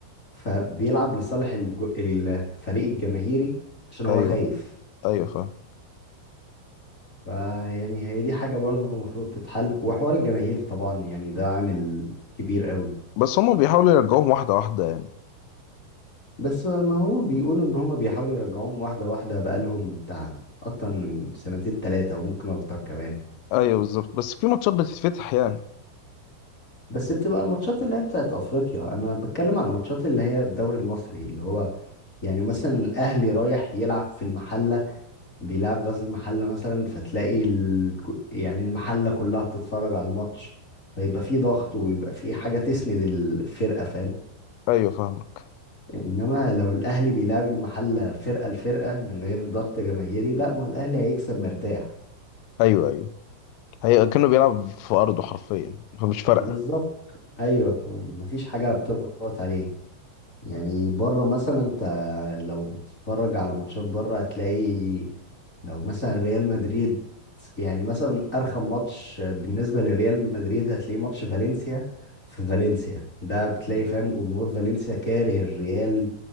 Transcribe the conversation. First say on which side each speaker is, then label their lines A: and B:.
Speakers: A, on the left (about 20°); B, on the left (about 85°).
A: فبيلعب لصالح الج- الفريق الجماهيري عشان هو
B: ايوه
A: خايف
B: ايوه فاهم
A: فيعني هي دي حاجة برضو المفروض تتحل وحوار الجماهير طبعا يعني ده عامل كبير قوي
B: بس هما بيحاولوا يرجعوهم واحدة واحدة يعني
A: بس ما هو بيقولوا ان هم بيحاولوا يرجعوهم واحدة واحدة بقالهم بتاع اكتر من سنتين تلاتة وممكن اكتر كمان
B: ايوه بالظبط بس في ماتشات بتتفتح يعني
A: بس بتبقى الماتشات اللي هي بتاعت افريقيا انا بتكلم على الماتشات اللي هي الدوري المصري اللي هو يعني مثلا الاهلي رايح يلعب في المحلة بيلعب غزل المحلة مثلا فتلاقي ال... يعني المحلة كلها بتتفرج على الماتش فيبقى في ضغط ويبقى في حاجة تسند الفرقة فاهم
B: ايوه فاهمك
A: انما لو الاهلي بيلعب المحله فرقه لفرقه من غير ضغط جماهيري لا ما هو الاهلي هيكسب مرتاح
B: ايوه ايوه هي كأنه بيلعب في ارضه حرفيا فمش فارقة
A: بالظبط ايوه ف- مفيش حاجه بتضغط عليه يعني بره مثلا انت لو بتتفرج على ماتشات بره هتلاقي لو مثلا ريال مدريد يعني مثلا ارخم ماتش بالنسبه لريال مدريد هتلاقيه ماتش فالنسيا في فالنسيا ده بتلاقي فاهم جمهور فالنسيا كاره الريال